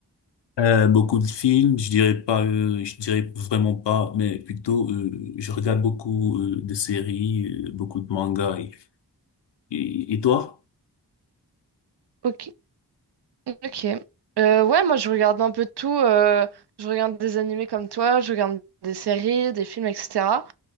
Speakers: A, on the left; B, on the right.
A: Euh, beaucoup de films, je dirais pas, euh, je dirais vraiment pas, mais plutôt euh, je regarde beaucoup euh, de séries, euh, beaucoup de mangas. Et, et, et toi?
B: Ok. Ok. Euh, ouais, moi je regarde un peu de tout. euh, je regarde des animés comme toi, je regarde des séries, des films, etc.